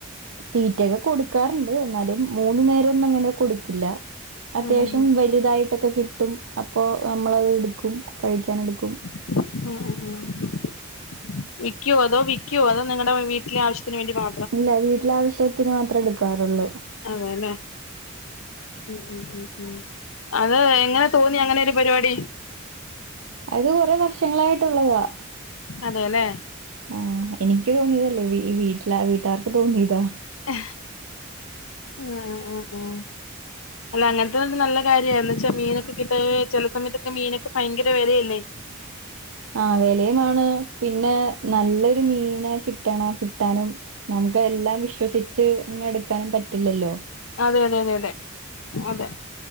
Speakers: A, on the right; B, on the left.
A: തീറ്റൊക്കെ കൊടുക്കാറ്ണ്ട് എന്നാലും മൂന്നു നേരം ഒന്നും അങ്ങനെ കൊടുക്കില്ല അത്യാവശ്യം
B: ആഹ് ആഹ് ആഹ്
A: വലുതായിട്ടൊക്കെ കിട്ടും അപ്പോ നമ്മളത് ഇട്ക്കും കഴിക്കാൻ ഇട്ക്കും
B: ഏഹ് ഏഹ് ഏഹ് വിക്കോ അതോ വിക്കോ അതോ നിങ്ങടെ വീട്ടിലെ ആവശ്യത്തിന് വേണ്ടി മാ
A: ഇല്ല വീട്ടിലെ ആവശ്യത്തിന് മാത്രേ എടുക്കാറുള്ളൂ
B: അതെല്ലേ ഉം ഉം ഉം ഉം അത് എങ്ങനെ തോന്നി അങ്ങനെ ഒരു പരിപാടി
A: അത് കുറെ വർഷങ്ങളായിട്ടുള്ളതാ
B: അതെലെ
A: ആഹ് എനിക്ക് തോന്നിയതല്ല വീ വീട്ടിലാ വീട്ടാർക്ക് തോന്നിയതാ
B: ആഹ് ആഹ് ആഹ് ആഹ് അല്ല അങ്ങൻത്തെന്ന നല്ല കാര്യന്ന് എന്താച്ചാ മീനൊക്കെ കിട്ടാ ചില സമയത്തൊക്കെ മീനൊക്കെ ഫയങ്കര വെലയല്ലേ?
A: ആഹ് വെലയുമാണ് പിന്നെ നല്ലൊരു മീന് കിട്ട്ണെ കിട്ടാനും നമുക്ക് എല്ലാം വിശ്വസിച്ച് ഇങ്ങനെ എടുക്കാനും പറ്റില്ലല്ലോ?
B: അതെ അതെ അതെ അതെ